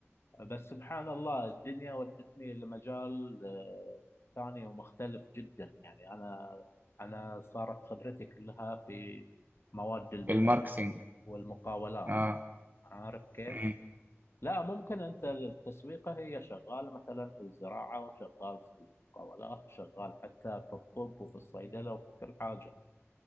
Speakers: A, on the left (about 55°); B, on the right (about 40°).
A: بس سبحان الله الدنيا ودتني لمجال آه، ثاني ومختلف جدا يعني أنا أنا صارت خبرتي كلها في مواد البناء
B: في الماركتينج
A: يعني والمقاولات
B: اه
A: عارف كيف؟
B: مم.
A: لا ممكن أنت التسويقة هي شغال مثلا في الزراعة وشغال في المقاولات وشغال حتى في الطب وفي الصيدلة وفي كل حاجة